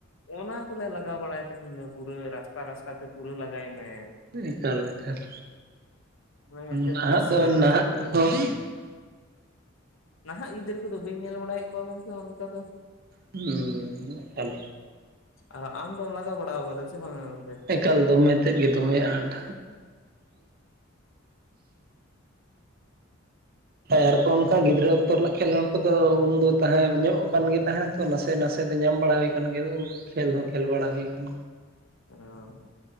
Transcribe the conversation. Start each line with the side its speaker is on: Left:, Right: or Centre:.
Left: ᱚᱱᱟ ᱠᱚᱞᱮ ᱞᱟᱜᱟᱣ ᱵᱟᱲᱟᱭ ᱛᱟᱦᱮᱱ ᱫᱚ ᱯᱩᱨᱟᱹ ᱨᱟᱥᱛᱟ ᱨᱟᱥᱛᱟ ᱛᱮ ᱯᱩᱨᱟᱹ ᱞᱟᱜᱟᱭ ᱢᱮ
Right: ᱮᱠᱟᱞ ᱮᱠᱟᱞ
Left: ᱚᱱᱟ ᱢᱤᱫᱴᱮᱱ
Right: ᱱᱟᱦᱟᱜ
Left: ᱨᱟᱹᱥᱠᱟᱹ
Right: ᱫᱚ
Left: ᱜᱮ
Right: ᱱᱟᱦᱟᱜ
Left: ᱟᱞᱟᱫᱟ ᱛᱟᱦᱮᱸᱜᱼᱟ
Right: ᱦᱚᱸ
Left: ᱱᱟᱦᱟᱜ ᱜᱤᱫᱽᱟᱹᱨ ᱠᱚᱫᱚ ᱵᱟᱹᱧ ᱧᱮᱞ ᱵᱟᱲᱟᱭᱮᱫ ᱠᱚᱣᱟ ᱜᱚᱝᱠᱮ ᱚᱱᱠᱟ ᱫᱚ
Right: ᱦᱩᱸ <unintelligible>
Left: ᱟᱨ ᱟᱢ ᱫᱚ ᱞᱟᱜᱜᱟ ᱵᱟᱲᱟᱣᱟᱠᱟᱫᱟ ᱥᱮ ᱵᱟᱝ
Right: ᱮᱠᱟᱞ ᱫᱚ ᱢᱮᱛᱮ ᱜᱮ ᱫᱚᱢᱮ ᱟᱸᱴ ᱮᱨᱠᱚ ᱚᱱᱠᱟ ᱜᱤᱫᱽᱨᱟᱹ ᱚᱠᱛᱚ ᱨᱮᱱᱟᱜ ᱠᱷᱮᱞᱳᱰ ᱠᱚᱫᱚ ᱩᱱᱫᱚ ᱛᱟᱦᱮᱸ ᱧᱚᱜ ᱠᱟᱱ ᱜᱮ ᱛᱟᱦᱮᱱ ᱛᱚ ᱱᱟᱥᱮ ᱱᱟᱥᱮ ᱫᱚ ᱧᱟᱢ ᱵᱟᱲᱟ ᱦᱩᱭ ᱠᱟᱱᱜᱮᱭᱟ ᱩᱻᱠᱷᱮᱞ ᱦᱚᱸ ᱠᱷᱮᱞ ᱵᱟᱲᱟ ᱦᱩᱭᱠᱟᱱ
Left: ᱚᱸᱻᱦᱩᱸ